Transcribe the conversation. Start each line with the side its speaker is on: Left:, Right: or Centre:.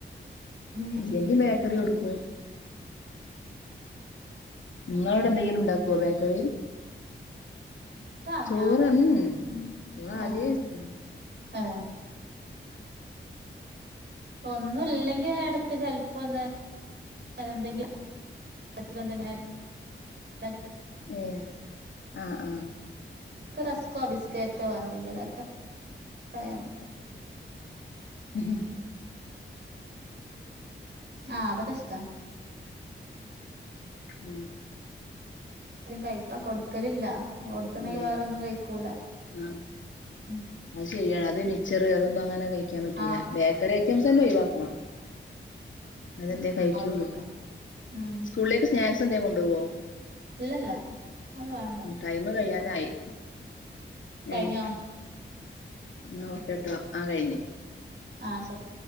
Right: ഉം
Left: ഇല്ലെങ്കി ബേ ബേക്കറി കൊടുക്കും. നിങ്ങൾ അവിടെ എന്തെങ്കിലും ഉണ്ടാകോ ബേക്കറി.
Right: ആ
Left: ചോറ്
Right: ഞാനെന്തെങ്കിലും
Left: ഉം
Right: മം
Left: ചോറ് ആദ്യേ
Right: ആ
Left: വെച്ചതാ
Right: ആ. ഒന്നും ഇല്ലെങ്കിൽ ഞാനടയ്ക്ക് ചെലപ്പോ ഒന്ന് എന്തെങ്കിലും <unintelligible> ഞാൻ
Left: ഏ ആ ആ
Right: റസ്ക്കോ ബിസ്ക്കട്ടോ എന്തെങ്കിലുമെക്കെ അയ
Left: ഹും.
Right: ആ അതൊക്കെ ഇഷ്ട്ടാ
Left: ഉം
Right: അത്രയും കയ്പ്പാ കൊടുക്കലില്ല. കൊടുത്ത്നാകിൽ
Left: അല്ലേ
Right: വേറെന്തും കഴിക്കൂല.
Left: ആഹ്
Right: ഉം
Left: അത് ശരിയാണ് അത് മിച്ചറ് അതൊന്നും അങ്ങനെ കഴിക്കാൻ പറ്റൂല.
Right: ആഹ്
Left: ബേക്കറി ഐറ്റംസ് എൻഎ ഒഴിവാക്കണം. അതെന്തേ കഴിക്കുള്ളൂ
Right: ഒഴിവാക്ക ഉം
Left: സ്കൂളിലേക്ക് സ്നാക്സ് എന്തേലും കൊണ്ടുപോവോ
Right: ഇല്ലല്ല അത് വേണ്ട
Left: ടൈമ് കഴിയാനായി.
Right: കഴിഞ്ഞോ
Left: ഏഹ് എന്നാ ഒക്കെട്ടോ ആ കഴിഞ്ഞ്.
Right: ആ ശെരി.